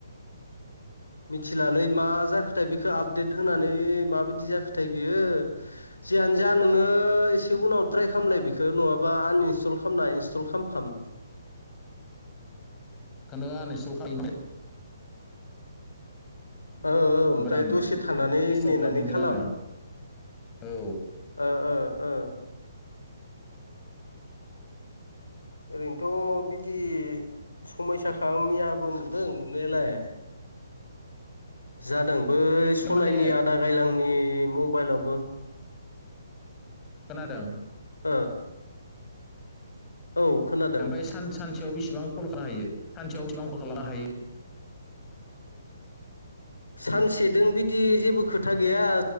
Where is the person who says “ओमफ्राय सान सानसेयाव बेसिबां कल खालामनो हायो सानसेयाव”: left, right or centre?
Left